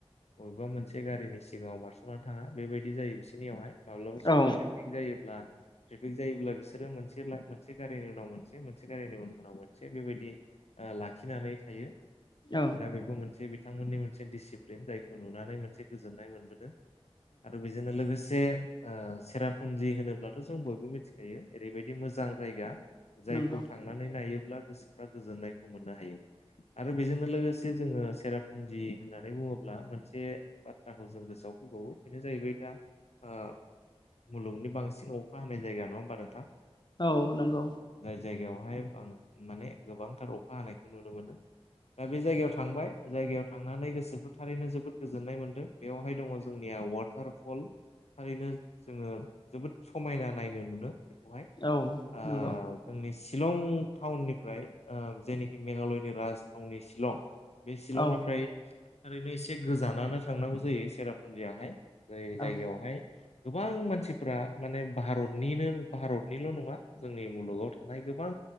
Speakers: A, on the left; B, on the left.
A: बबेबा मोनसे गारिनि सिगाङाव बारस'ना थाङा बेबायदि जायो बिसोरनियावहाय माब्लाबा समाव
B: औ
A: ट्रेफिक जायोब्ला ट्रेफिक जायोब्ला बिसोर बिसोरो मोनसे गारिनि उनाव मोनसे गारिनि उनाव मोनसे बेबायदि ला लाखिनानै थायो
B: औ
A: दा बेखौ मोनसे बिथांमोननि मोनसे डिसिप्लिन जायखौ नुनानै मोनसे गोजोननाय मोनबोदों आरो बेजोंनो लोगोसे े सेरापुन्जि होनोब्लाथ जों बयबो मिथिखायो ओरैबायदि मोजां जायगा जायखौ
B: नंगौ
A: थांनानै नायोब्ला गोसोफ्रा गोजोननायखौ मोनो नोहायो आरो बेजोंनो लोगोसे जोङो सेरापुन्जि होननानै बुङोब्ला मोनसे बाथ्राखौ जों गोसोआव फैबावो बेनो जाहैबाय दा ओ मुलुगनि बांसिन अखा हानाय जायगा नङा होमबा नोंथां
B: औ नंगौ
A: जाय जायगायावहाय माने गोबांथार अखा हानायखौ नुनो मोनो दा बे जायगायाव थांबाय जायगायाव थांनानै गोसोखौ थारैनो जोबोद गोजोननाय मोनदों बेवहाय दङ जोंनिया वाटारफल थारैनो जोङो जोबोद समायना नायनो मोनो बेखौहाय
B: औ
A: ओ
B: नंगौ
A: जोंनि शिलं टाउननिफ्राय ओ जेने मेघालयनि राजथावनि शिलं बे शिलंनिफ्राय
B: औ
A: ओरैनो एसे गोजानानो थांनांगौ जायो सेरापुन्जियाहाय जाय जायगायावहाय
B: औ
A: गोबां मानसिफ्रा माने भारतनिनो भारतनिल नङा जोंनि मुलुगाव थानाय गोबां